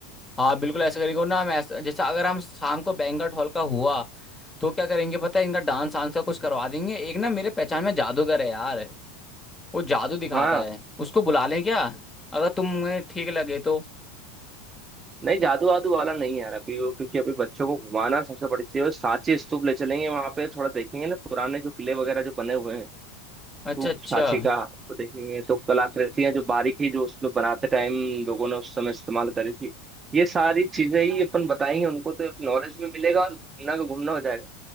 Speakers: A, on the left; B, on the right.
A: हाँ बिल्कुल ऐसा करेंगे और ना हम ऐसा जैसे अगर हम शाम को बैंक्वेट हॉल का हुआ तो क्या करेंगे पता है इनका डांस वांस का कुछ करवा देंगे एक ना मेरे पहचान में जादूगर है यार वो जादू दिखाता
B: हाँ
A: है उसको बुला लें क्या अगर तुम्हें ठीक लगे तो
B: नहीं जादू वादू वाला नहीं है यार अभी वो क्योंकि अभी बच्चों को घुमाना सबसे बड़ी चीज है सांची स्तूप ले चलेंगे वहां पे थोड़ा देखेंगे ना पुराने जो किले वगैरह जो बने हुए हैं स्तूप
A: अच्छा अच्छा
B: सांची का वो देखेंगे तो कलाकृतियां जो बारीकी जो उसमें बनाते टाइम लोगों ने उस समय इस्तेमाल करी थी ये सारी चीजें ही अपन बताएंगे उनको तो नॉलेज भी मिलेगा और घूमना का घूमना हो जाएगा